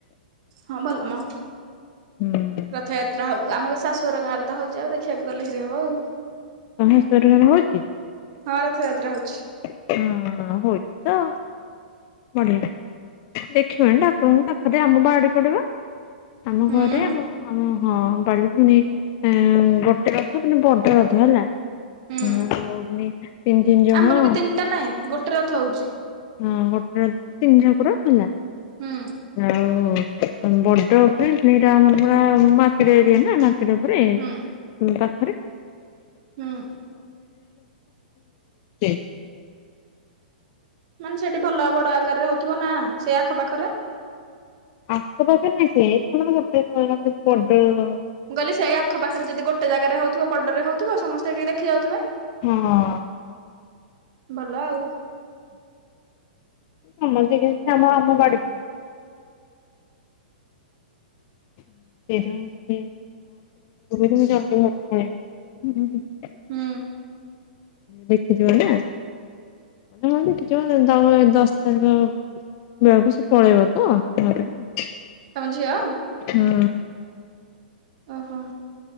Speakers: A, on the right (about 45°); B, on the left (about 35°).
A: ହଁ ଭଲ ମ।
B: ହୁଁ।
A: ରଥଯାତ୍ରା ହଉ ଆମ ଶାଶୁଘର ଗାଁରେ ହଉଛି ଆଉ ଦେଖିବାକୁ ଗଲେ ହେରି ହବ ଆଉ।
B: ହହେ <unintelligible> ହଉଛି।
A: ହଁ ରଥଯାତ୍ରା ହଉଛି।
B: ହଁ-ଅ-ଅ-ଅ ହଉଛି ତ। ବଢିଆ ଦେଖିବନି ଠାକୁରଙ୍କୁ ପାଖରେ ଆମ ବାରି ପଟେ ବା। ଆମ
A: ହୁଁ
B: ଘରେ ଆ ଆମ ହଁ <unintelligible> ପୁଣି-ଇ-ଇ-ଇ ଗୋଟେ ରଥ ମାନେ ବଡେ ରଥ ହେଲା।
A: ହୁଁ
B: ହଉ ପୁଣି ତିନ ତିନି ଜଣ।
A: ଆମର ବି ତିନିଟା ନାଇଁ ଗୋଟେ ରଥ ହଉଛି।
B: ହଁ ଗୋଟେ ତିନି ଠାକୁର ହେଲା
A: ହୁଁ
B: ଆଉ-ଉ-ଉ-ଉ ବଡ ବି ସେଇଟା ଆମର ପୁରା ମାର୍କେଟ ଏରିଆ ନା ମା ରଖିଲା ପରେ
A: ହୁଁ
B: ଉଁ କ
A: ହୁଁ
B: <inaudible>
A: ମାନେ ସେଠି ଭଲ ବଡ ଆକାରରେ ହଉଥିବ ନା ସେଇ ଆଖପାଖରେ।
B: ଆଖ ପାଖ ନାଇ ସେ <inaudible>
A: ମୁଁ କହିଲି ସେଇ ଆଖ ପାଖରେ ଯଦି ଗୋଟେ ଜାଗାରେ ହଉଥିବ ବଡରେ ହଉଥିବ ସମସ୍ତେ ଟିକେ ଦେଖି ଯାଉଥିବେ।
B: ହଁ।
A: ଭଲ ଆଉ।
B: ସମସ୍ତିକି ଆମ ଆମ ବାଡି <inaudible>
A: ହୁଁ।
B: ଦେଖିଯିବ ନା ହ ଦେଖିଯିବମ ଦଶ ତାରିଖ ବକୁ ସେ ପଳେଇବ ତ ଘ ହୁଁ-ଉଁ-ଉଁ।
A: ତମ ଝିଅ ଓହୋ।